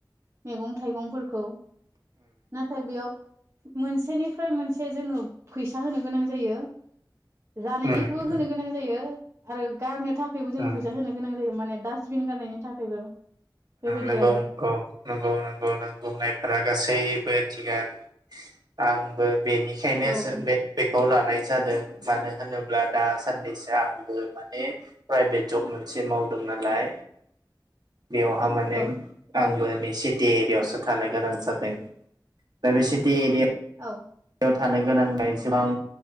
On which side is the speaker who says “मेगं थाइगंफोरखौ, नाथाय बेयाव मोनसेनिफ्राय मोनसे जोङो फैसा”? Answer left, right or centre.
Right